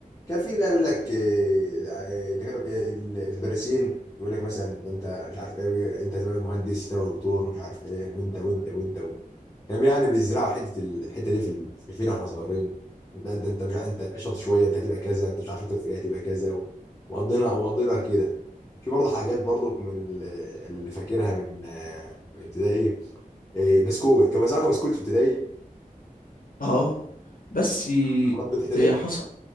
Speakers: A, on the left; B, on the left.
A: كان في بقى يقول لك آه، آه، دكاترة- آه، المدرسين يقول لك مثلا ده انت مش عارف ايه انت تبقى مهندس تبقى دكتور مش عارف ايه وانت وانت وانت و... كان يعني بيزرعوا حته ال- الحته دي في ال- في فينا واحنا صغيرين ده انت انت مش ع- انت شاطر شويه انت هتبقى كذا انت مش عارف شاطر في ايه هتبقى كذا و... وقضينا وقضينا كده في برضه حاجات برضه من ال- اللي فاكرها من آه، ابتدائي آه، بسكوت كان بيزرعوا بسكوت في ابتدائي
B: اه بس
A: حطيت ابتدائي
B: هي حصل